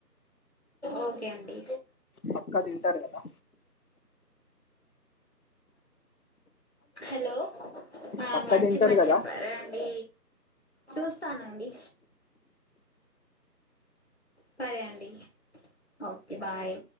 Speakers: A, on the left (about 40°); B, on the left (about 60°).
A: ఓకే అండి
B: పక్కా తింటారు కదా
A: హలో ఆ
B: పక్క
A: మంచిమట
B: తింటారు కదా
A: చెప్పారా అండి చూస్తానండి సరే అండి ఓకే బాయ్